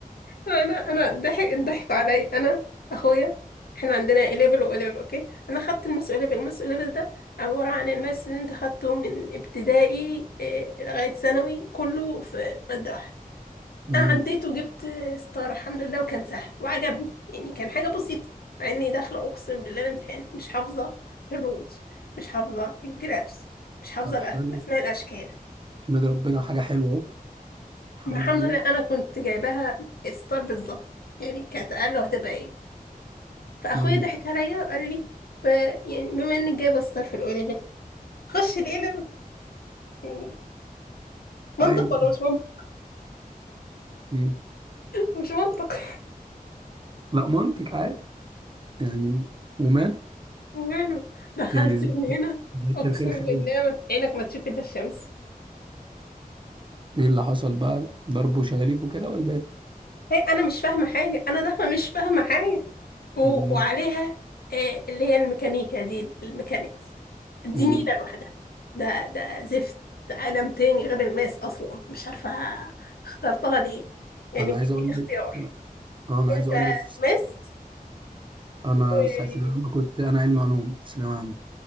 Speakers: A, on the left; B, on the right.
A: انا انا ضحك ضحكوا عليا انا اخويا احنا عندنا اي ليفل واو ليفل اوكي انا خدت الماس اي ليفل الماس اي ليفل ده عبارة عن الماس اللي انت خدته من ابتدائي إيه، لغاية ثانوي كله في مادة واحدة
B: امم
A: انا عديت وجبت ستار الحمد لله وكان سهل وعجبني يعني كان حاجه بسيطه مع اني داخله اقسم بالله الامتحان مش حافظه الرولز مش حافظه الجرافس مش حافظه
B: طب حلو
A: الأ- اسماء الاشكال
B: احمد ربنا حاجة حلوة اهو الحمد
A: ما الحمد
B: لله
A: لله انا كنت جايباها ستار بالظبط يعني كانت اقل هتبقى ايه فاخويا
B: امم
A: ضحك عليا وقال لي ب... يعني بما انك جايبه ستار في الاولى ليفل خش الاي ليفل يعني منطق
B: ايوه
A: ولا مش منطق
B: امم
A: مش منطق <laughs>
B: لا منطق عادي يعني وماله
A: وماله دخلت
B: يعني زي
A: من هنا
B: زي
A: اقسم
B: الخير خيرين
A: بالله ما- عينك ما تشوف الا الشمس
B: ايه اللي حصل بقى ضرب وشلاليت وكده ولا ايه
A: هي انا مش فاهمه حاجه انا داخله مش فاهمه حاجه و...
B: امم
A: وعليها آه اللي هي الميكانيكا دي الميكانيكس دي
B: امم
A: نيله لوحدها ده ده زفت ده عالم تاني غير الماس اصلا مش عارفه اخترتها ليه يعني
B: انا
A: بيديك
B: عايز اقول
A: اختيار
B: لك اه انا
A: انت
B: عايز اقول لك
A: ماس
B: انا
A: و
B: ساعة لما كنت انا علم علوم في ثانوية عامة